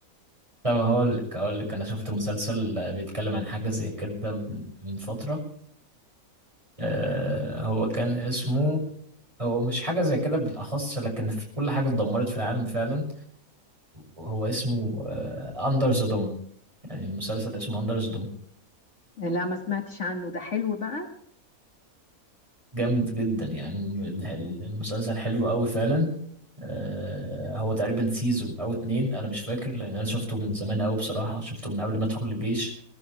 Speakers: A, on the right; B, on the left.
A: طب هقول لك هقول لك انا شفت مسلسل بيتكلم عن حاجه زي كده من من فتره آه هو كان اسمه هو مش حاجه زي كده بالاخص لكن في كل حاجه اتدمرت في العالم فعلا وهو اسمه اندر ذا دوم يعني المسلسل اسمه اندر ذا دوم
B: لا ما سمعتش عنه ده حلو بقى
A: جامد جدا يعني ال- ال- المسلسل حلو قوي فعلا آه، هو تقريبا سيزون او اتنين انا مش فاكر لان انا شفته من زمان قوي بصراحه شفته من قبل ما ادخل الجيش